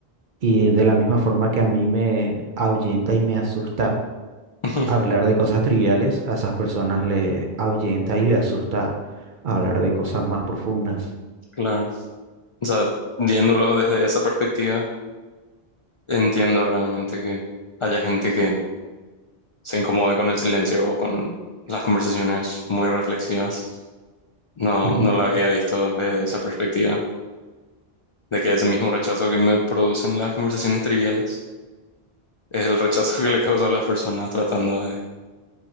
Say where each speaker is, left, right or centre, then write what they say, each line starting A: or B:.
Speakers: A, on the right; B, on the left.
A: Y de la misma forma que a mí me ahuyenta y me asusta
B: <laughs>
A: hablar de cosas triviales, a esas personas le ahuyenta y le asusta hablar de cosas más profundas.
B: Claro. O sea, viéndolo desde esa perspectiva, entiendo realmente que haya gente que se incomode con el silencio o con las conversaciones muy reflexivas. No,
A: Ujú.
B: no la había visto desde esa perspectiva, de que ese mismo rechazo que me producen las conversaciones triviales es el rechazo que le causa a las personas tratando de